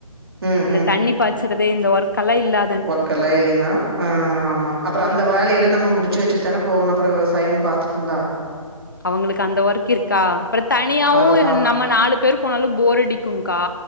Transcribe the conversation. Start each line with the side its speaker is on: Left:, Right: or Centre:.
Right: ம்
Left: இந்த தண்ணி பாச்சறது இந்த ஒர்க்கெல்லா இல்லா
Right: ஒர்க்கல்லா இல்லேனா ஆ ஆமா அப்றோ அந்த வேலையெல்லா நம்ம முடிச்சு வச்சுட்தான போகனு அப்றோ பாத்து தந்தா
Left: அவுங்களுக்கு அந்த ஒர்க் இருக்கா அப்ற தனியாவு
Right: அதுதா
Left: நம்ம நாலு பேர் போனாலு போரடிக் கும் கா